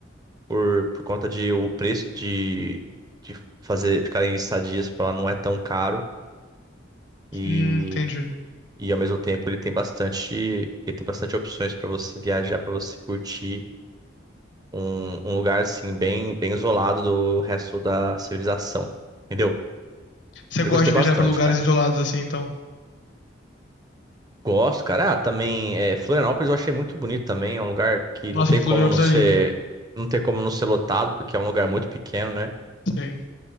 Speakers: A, on the right; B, on the left.
A: por, por conta de o preço de, de fazer ficar em estadias para lá não é tão caro e,
B: Hum, entendi.
A: e ao mesmo tempo ele tem bastante ele tem bastante opções para você viajar, para você curtir um, um lugar assim bem bem isolado do resto da civilização. Entendeu?
B: Você
A: Eu
B: gosta
A: gostei
B: de viajar
A: bastante,
B: pra lugares
A: cara.
B: isolados assim, então.
A: Gosto, cara. Ah, também é, Florianópolis eu achei muito bonito também. É um lugar que
B: Nossa,
A: não tem
B: Florianópolis
A: como não ser
B: é lindo.
A: não tem como não ser lotado porque é um lugar muito pequeno, né?
B: Sei.